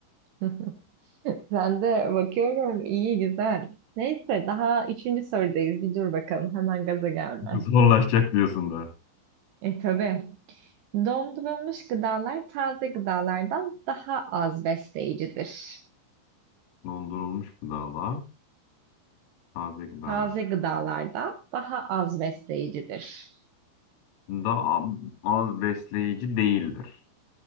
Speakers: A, on the right; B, on the left.
A: <laughs> Ben de bakıyorum iyi güzel. Neyse daha üçüncü sorudayız. Bir dur bakalım hemen gaza gelme.
B: <laughs> Zorlaşacak diyorsun da.
A: E tabii. Dondurulmuş gıdalar taze gıdalardan daha az besleyicidir.
B: Dondurulmuş gıdalar. Taze gıdalar.
A: Taze gıdalardan daha az besleyicidir.
B: Daha az besleyici değildir.